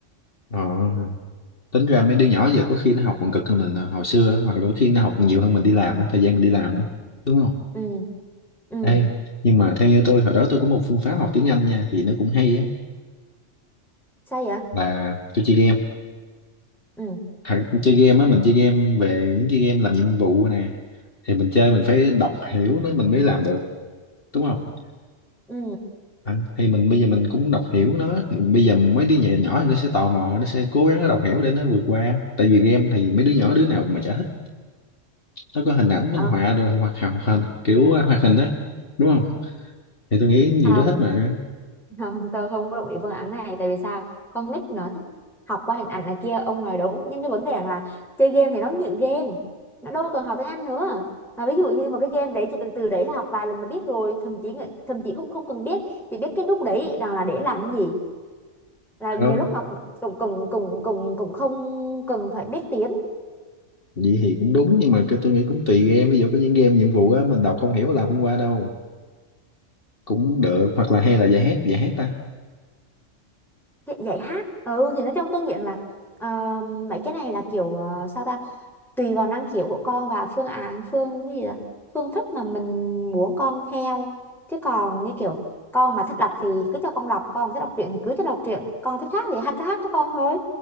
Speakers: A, on the left (about 45°); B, in the centre.
A: ờ. tính ra mấy đứa nhỏ giờ có khi nó học còn cực hơn mình ờ, hồi xưa á, hoặc là có khi nó học còn nhiều hơn mình đi làm á, thời gian mình đi làm đó đúng không
B: ừ ừ
A: ê nhưng mà theo như tôi hồi đó tôi có một phương pháp học tiếng Anh nha thì nó cũng hay á
B: sao vậy
A: là tôi chơi game
B: ừ
A: Thật, chơi game á mình chơi game về những cái game làm nhiệm vụ nè thì mình chơi mình phải đọc hiểu nó mình mới làm được đúng không
B: ừ
A: anh thì mình bây giờ mình cũng đọc hiểu nó thì bây giờ mấy đứa nhỏ nhỏ nó sẽ tò mò nó sẽ cố gắng nó đọc hiểu để nó vượt qua tại vì game thì mấy đứa nhỏ đứa nào mà chả thích nó có hình ảnh minh
B: ờ.
A: họa rồi hoặc hoặc hoặc kiểu hoạt hình á đúng không thì tôi nghĩ nhiều
B: không
A: đứa thích mà
B: không tôi không có đồng ý phương án này tại vì sao con nít nó thích học qua hình ảnh này kia ông nói đúng nhưng cái vấn đề rằng là chơi game thì nó nghiện game nó đâu cần học tiếng Anh nữa mà ví dụ như một cái game đấy chỉ cần từ đấy là học vài lần nó biết rồi thậm chí thậm chí cũng không cần biết chỉ biết cái nút đấy rằng là để làm cái gì là
A: ờ,
B: nhiều lúc nó cũng cũng cũng cũng cũng, cũng không cần phải biết tiếng
A: vậy thì cũng đúng nhưng mà cái tôi nghĩ cũng tùy game ví dụ có những game nhiệm vụ á mình đọc không hiểu làm không qua đâu cũng được hoặc là hay là giải hát giải hát ta
B: Cái- dạy hát ừ thì nói trong tôi nghĩ là ờ, mấy cái này là kiểu ờ, sao ta tùy vào năng khiếu của con và phương án phương cái gì đó, phương thức mà mình muốn con theo chứ còn như kiểu con mà thích đọc thì cứ cho con đọc con mà thích đọc truyện thì cứ cho đọc truyện con thích hát thì hát cứ hát cho con thôi